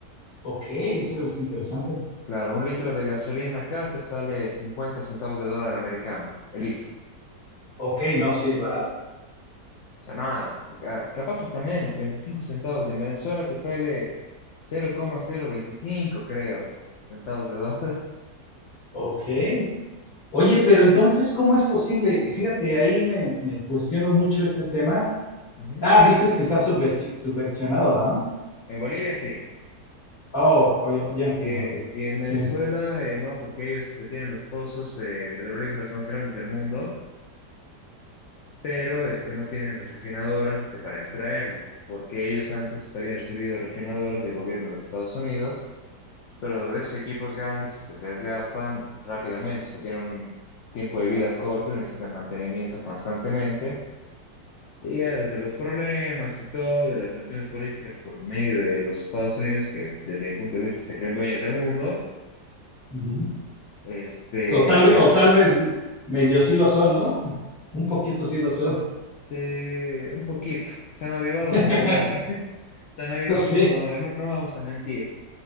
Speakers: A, on the left (about 55°); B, on the left (about 70°).
A: Ok, eso es interesante.
B: Claro, un litro de gasolina acá te sale 50 centavos de dólar americano, el litro.
A: Ok, no, sí es barato.
B: O sea, nada, ca- capaz hasta menos, 35 centavos. Y en Venezuela te sale cero cero coma cero veinticinco, creo, centavos de dólar.
A: Ok. Oye, pero entonces, ¿cómo es posible? Fíjate, ahí me, me cuestiono mucho este tema.
B: <laughs> Ujú.
A: Ah, dices que está subvenci- subvencionado, ¿ah?
B: En Bolivia sí.
A: Oh, oh, ya ya entiendo,
B: Eh,
A: ok.
B: y en Venezuela
A: Sí.
B: eh, no, porque ellos este, tienen los pozos eh, petrolíferos más grandes del mundo, pero este, no tienen las refinadoras este, para extraerlo, porque ellos antes este, habían recibido refinadoras del gobierno de los Estados Unidos Pero esos equipos grandes este, se desgastan rápidamente, o sea, tienen un tiempo de vida corto y necesitan mantenimiento constantemente. Y ya desde los problemas y todo, de las sanciones políticas por medio de los Estados Unidos, que desde mi punto de vista se creen dueños del mundo,
A: ujú.
B: este,
A: O tal, ve-
B: ya
A: o tal vez medio sí lo son, ¿no? <laughs> Un poquito
B: este,
A: sí lo son.
B: se, un poquito, se han avivado
A: <laughs>
B: con su dólar, <laughs> se han avivado
A: Sí,
B: con su dólar, no, no vamos a mentir.